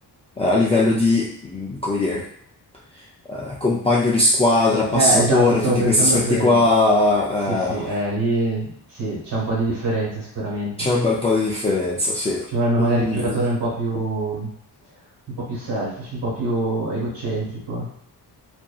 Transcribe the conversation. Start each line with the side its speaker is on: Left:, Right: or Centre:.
Left: eh, a livello di, mh, come dire eh, compagno di squadra, passatore,
Right: eh, esatto, stavo
Left: tutti
Right: pensando
Left: questi aspetti
Right: a quello.
Left: qua,
Right: Sì, sì, eh,
Left: eh,
Right: lì sì, c'è un po' di differenza sicuramente.
Left: c'è un bel po' di differenza, sì.
Right: Ci vorrebbe magari
Left: Mm,
Right: un giocatore un po' più, un po' più selfish, un po' più egocentrico.